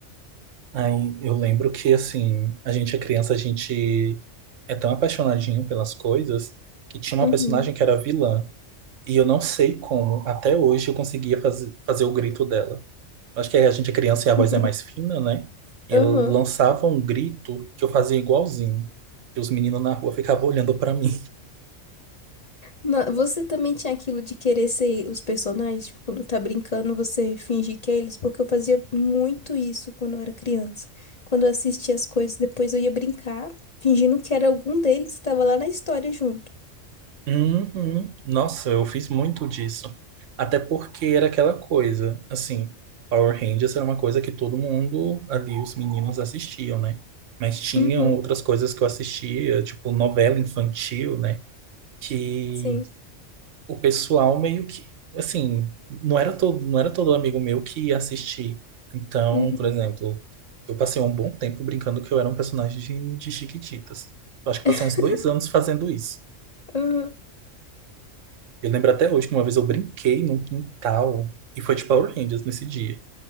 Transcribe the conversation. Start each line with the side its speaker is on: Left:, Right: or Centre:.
Right: Aí eu lembro que, assim, a gente é criança, a gente é tão apaixonadinho pelas coisas que tinha
Left: Uhum.
Right: uma personagem que era vilã. E eu não sei como, até hoje, eu conseguia fazer, fazer o grito dela. Acho que a gente é criança
Left: <laughs>
Right: e a voz é mais fina, né? Ele
Left: Uhum.
Right: lançava um grito que eu fazia igualzinho. E os meninos na rua ficavam olhando pra mim.
Left: Na- Você também tinha aquilo de querer ser os personagens, tipo, quando tá brincando, você fingir que é eles, porque eu fazia muito isso quando eu era criança. Quando eu assistia as coisas, depois eu ia brincar, fingindo que era algum deles que tava lá na história junto.
Right: Uhum. Nossa, eu fiz muito disso. Até porque era aquela coisa, assim, Power Rangers era uma coisa que todo mundo ali, os meninos, assistiam, né? Mas tinham
Left: Uhum,
Right: outras coisas que eu assistia, tipo novela infantil, né? Que
Left: sim.
Right: o pessoal meio que, assim, não era todo, não era todo amigo meu que ia assistir. Então,
Left: Uhum,
Right: por exemplo, eu passei um bom tempo brincando que eu era um personagem de, de Chiquititas. Eu acho que
Left: <laughs>
Right: passei uns dois anos fazendo isso.
Left: uhum,
Right: Eu lembro até hoje que uma vez eu brinquei num quintal e foi de Power Rangers nesse dia.